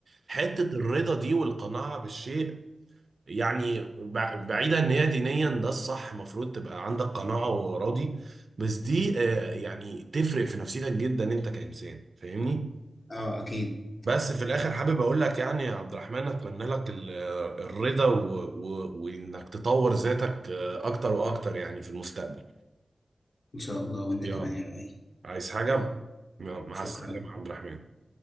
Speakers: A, on the right; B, on the left.
A: حتة الرضا دي والقناعة بالشيء يعني بع- بعيدا إن هي دينيا ده الصح المفروض تبقى عندك قناعة وراضي بس دي آه، يعني تفرق في نفسيتك جدا أنت كإنسان فاهمني
B: اه اكيد
A: بس في الآخر حابب أقول لك يعني يا عبد الرحمن أتمنى لك ال- الرضا و- و- وإنك تطور ذاتك آه، أكتر وأكتر يعني في المستقبل
B: ان شاء الله وانت
A: يلا
B: كمان يا لؤي
A: عايز حاجة
B: يلا
A: مع مع
B: شكرا
A: السلامة يا عبد الرحمن